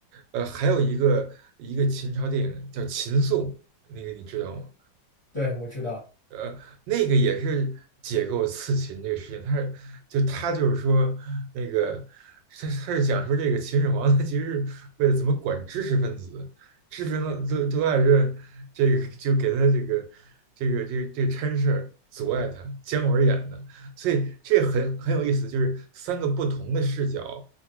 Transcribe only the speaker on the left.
对，我知道，